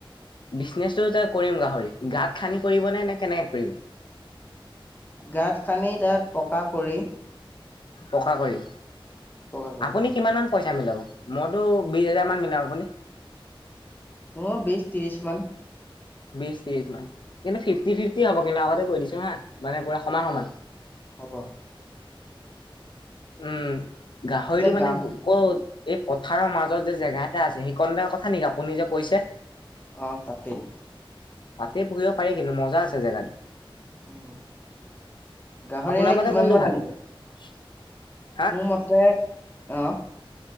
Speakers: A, on the left (about 60°); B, on the left (about 20°).
A: বিজনেচটো যে কৰিম গাহৰি গাঁত খানদি কৰিব নে নে কেনেকে কৰিব?
B: গাঁত খান্দি তাত পকা কৰি
A: পকা কৰি,
B: পকা কৰি
A: আপুনি
B: অ
A: কিমান মান পইচা মিলাব? মইতো বিশ হেজাৰ মান মিলাম, আপুনি?
B: <unintelligible> বিছ ত্ৰিছ মান।
A: বিশ ত্ৰিশ মান কিন্তু ফিফটি, ফিফটি হ'ব কিন্তু আগতে কৈ দিছোঁ হা মানে পুৰা সমান, সমান।
B: হ'ব।
A: উম, গাহৰিটো
B: এতিয়া
A: মানে
B: গাহৰি
A: আকৌ এই পথাৰৰ মাজত যে জেগা এটা আছে সেইকনৰ কথা নেকি আপুনি যে কৈছে?
B: অ', তাতেই।
A: তাতেই পুহিব পাৰি কিন্তু মজা আছে জেগাটো।
B: উম, গাহৰি
A: আপোনাৰ
B: এনে
A: মতে
B: কিমান
A: কোনটো
B: মান আনিব?
A: <inaudible>
B: মোৰ মতে, অ'